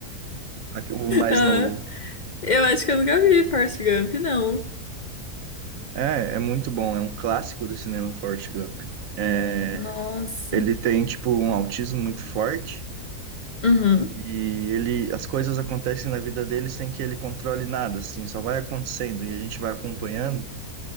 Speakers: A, on the right (about 65°); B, on the left (about 70°).
A: Aqui, O mais
B: Ah,
A: novo.
B: Eu acho que eu nunca vi Forrest Gump, não.
A: É, é muito bom. É um clássico do cinema, Forrest Gump. É,
B: Nossa.
A: ele tem, tipo, um autismo muito forte.
B: Uhum.
A: E ele, as coisas acontecem na vida dele sem que ele controle nada, assim, só vai acontecendo e a gente vai acompanhando.